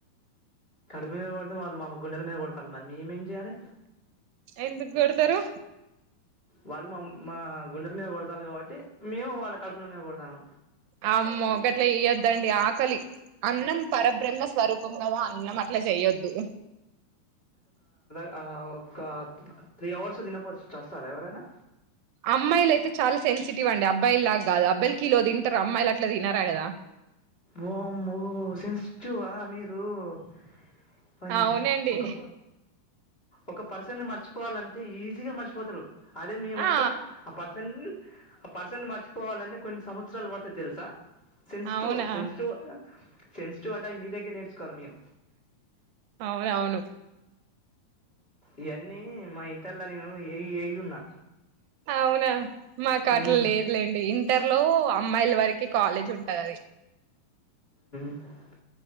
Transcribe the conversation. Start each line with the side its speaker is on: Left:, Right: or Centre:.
Left: డుతే వాళు మా గుండె మీదకోతారు మరి మేమేం చేయాలి
Right: ఎందుకు కొడతారు
Left: వాళ్ళు మా మా గుండెల మీద కొడతాలి కాబట్టి మేము వాళ్ళ కడుపుక కొడతాను
Right: ఆమ్మో గట్ల చే అండి ఆకలి అన్నం పరబ్ర <unintelligible> స్వరూపం కదా అన్నం అట్లా చెయొద్దు
Left: ఓ కా త్రి హౌర్స్ తిన పోతే చస్తారా ఎరైనా
Right: అమ్మాయిలు అయితే చాలా సెన్సిటివ్ అండి అబ్బాయిలు లాగా కాదు అబ్బాయిలు కిలో తింటారు అమ్మాయిలు అట్లా తినరా కదా
Left: వామ్మో సెన్సిటివ్ ఆ మీర్ అబ్బో
Right: అవునండి
Left: కొ ఒక ఒక పర్సన్ని ని మర్చిపోవాలంటే ఈజీగా మర్చిపోతారు అదే మేమైతే
Right: ఆ
Left: ఆ పర్సన్ ఆ పర్సన్ మర్చిపోవాలంటే కొన్ని సంవత్సరాలు పడతే తెలుసా సెన్స్టివ్
Right: అవునా
Left: సెన్స్టివ్ సెస్టివ్ అంటా మీదగ న కలిమో
Right: అవునవును
Left: ఇవన్నీ మా ఇంట నేను ఉన్నా
Right: అవునా మాకు
Left: అ <unintelligible>
Right: అట్లా
Left: <unintelligible>
Right: లేదులేండి ఇంటర్ లో అమ్మాయిల వరకే కాలేజ్ ఉంటది అది
Left: <unintelligible>